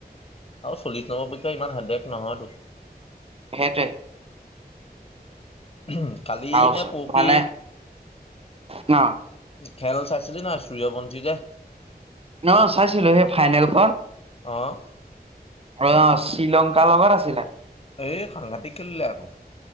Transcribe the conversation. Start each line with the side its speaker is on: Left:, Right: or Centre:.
Left: আৰু চল্লিশ নন্বৰ পৰীক্ষা ইমান হেতেক নহয়তো।
Right: সেইটোৱে।
Left: উ কালি
Right: আৰু
Left: নে পৰহি
Right: মানে ন
Left: খেল চাইছিলি না সূৰ্য বঞ্চি যে?
Right: অ চাইছিলো সেই ফাইনেলখন।
Left: অঁ'।
Right: অ শ্ৰীলংকাৰ লগত আছিলে।
Left: এই সাংঘাতিক খেলিলে আকৌ।